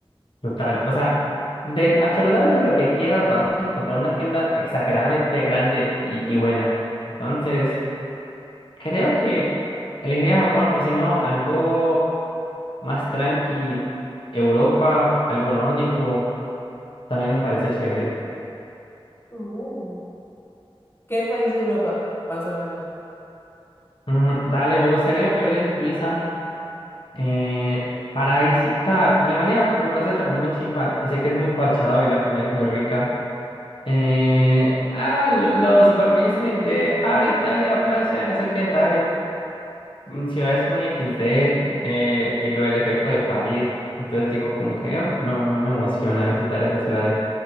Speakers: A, on the left (about 60°); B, on the left (about 25°).
A: Total, o sea, de absolutamente lo que quieras vas a encontrar una tienda exageradamente grande y, y buena. Entonces, creo que elegiría Japón o si no, algo más tranqui, Europa, algo nórdico, también me parece chévere.
B: Uh, ¿Qué país de Europa, más o menos?
A: Mm, dale, me gustaría vivir en Suiza eh, para visitar. Alemania me parece también muy chimba y sé que es muy parchado y la comida es muy rica. Eh, ah, lo, lo super mainstream de, ah, Italia, Francia, no sé qué, dale. Mm, Ciudades muy XD eh, y lo del efecto de París. Entonces digo, como que ah, no, no me emociona visitar esas ciudades.